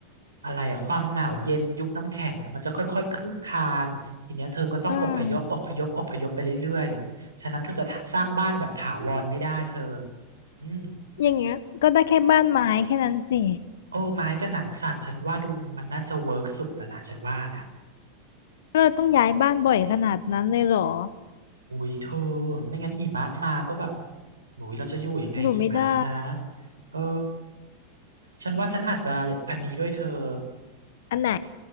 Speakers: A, on the right; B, on the left.
A: อะไรอะความหนาวเย็นยุคน้ำแข็งนะมันจะค่อยๆคืบคลานทีเนี้ยเธอก็ต้องอพยพอพยพอพยพไปเรื่อยๆฉะนั้นเธอจะสร้างบ้านแบบถาวรไม่ได้เธอ
B: อืม
A: อืม
B: อย่างเงี้ยก็ได้แค่บ้านไม้แค่นั้นสิ
A: โอ้ไม้กับหนังสัตว์ฉันว่าดูมันน่าจะเวิร์กสุดแล้วนะฉันว่านะ
B: เราต้องย้ายบ้านบ่อยขนาดนั้นเลยเหรอ
A: อุ้ยเธอไม่งั้นหิมะมาก็แบบหนูเราจะอยู่ยังไงหิมะนะ
B: อยู่ไม่ได้
A: เออฉันว่าฉันอาจจะอันนี้ด้วยเธอ
B: อันไหน